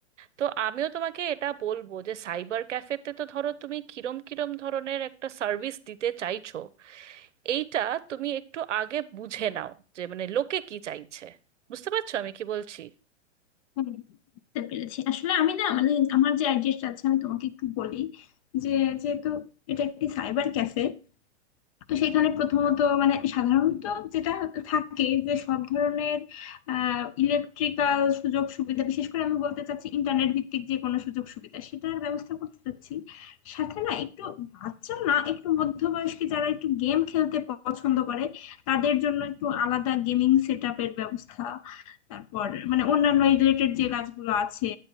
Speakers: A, on the right; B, on the left.
A: তো আমিও তোমাকে এটা বলবো যে সাইবার ক্যাফেতে তো ধরো তুমি কিরম কিরম ধরনের একটা সার্ভিস দিতে চাইছো এইটা তুমি একটু আগে বুঝে নাও যে মানে লোকে কি চাইছে বুঝতে পারছো আমি কি বলছি
B: হুম, বুঝতে পেরেছি আসলে আমি না মানে আমার যে আইডিয়াটা আছে আমি তোমাকে একটু বলি যে যেহেতু এটা একটি সাইবার ক্যাফে তো সেখানে প্রথমত মানে সাধারণত যেটা থাকে যে সব ধরনের ইলেকট্রিক্যাল সুযোগ সুবিধা বিশেষ করে আমি বলতে চাচ্ছি ইন্টারনেট ভিত্তিক যে কোনো সুযোগ সুবিধা সেটার ব্যবস্থা করতে চাচ্ছি সাথে না একটু বাচ্চা না একটু মধ্যবয়স্ক যারা একটু গেম খেলতে পছন্দ করে তাদের জন্য একটু আলাদা গেমিং সেট আপের ব্যবস্থা তারপর মানে অন্যান্য রিলেটেড যে কাজগুলো আছে